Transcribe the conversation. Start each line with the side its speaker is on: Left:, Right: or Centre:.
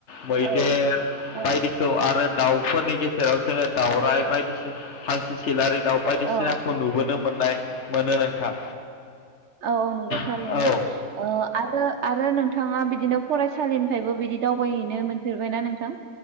Left: मै देर
Right: औ औ
Left: बायदिखौ आरो दाउफोरनि गेजेराव जोङो दाउराय बायदिसिन हांसो सिलारि दाउ बायदिसिनाखौ
Right: औ
Left: नुबोनो मोन‌ नाय मोनो नोंथां।
Right: औ औ नंगौ थारैनो
Left: औ
Right: ओ आरो आरो नोंथाङा बिदिनो फरायसालिनिफायबो बिदि दावबायहैनो मोनफेरबायना नोंथां?